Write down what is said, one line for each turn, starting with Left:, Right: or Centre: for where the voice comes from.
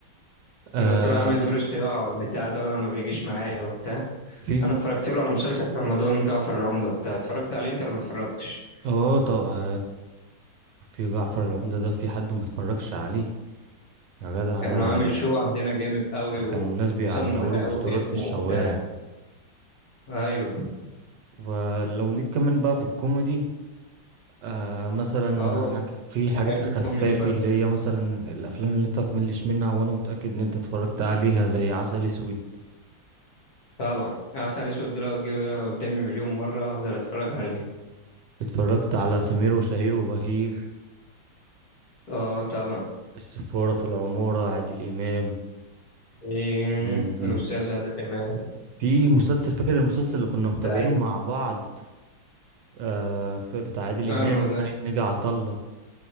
Right: آه
Left: بيبقى طالع عامل دور الصياعة والبتاع ده وانا ما بيجيش معايا وبتاع
Right: في
Left: انا اتفرجت له على مسلسل في رمضان جعفر العمدة بتاع اتفرجت عليه انت ولا ما اتفرجتش
Right: اه طبعا في جعفر العمدة ده في حد متفرجش عليه يا جدع
Left: كان
Right: ده
Left: عامل شو عندنا جامد قوي وسموا
Right: كانوا الناس بيعلقوا
Left: القهوة
Right: له بوسترات
Left: باسمه
Right: في الشوارع
Left: وبتاع ايوه
Right: ولو ليك كمان بقى في الكوميدي آه مثلا
Left: اه
Right: حاجة في
Left: بحب
Right: حاجات الخفافي
Left: الكوميدي برضه
Right: اللي هي مثلا الأفلام اللي انت متملش منها وأنا متأكد إن انت اتفرجت عليها زي عسل أسود
Left: طبعا عسل اسود ده لو جه قدامي مليون مرة هفضل اتفرج عليه
Right: اتفرجت على سمير وشهير وبهير
Left: اه طبعا
Right: السفارة في العمارة عادل إمام
Left: إيه،
Right: الناس دي
Left: الأستاذ عادل إمام
Right: في مسلسل فاكر المسلسل اللي كنا متابعينه
Left: زعيم
Right: مع بعض آه في بتاع عادل إمام
Left: أنو ده
Right: فرقة ناجي عطا الله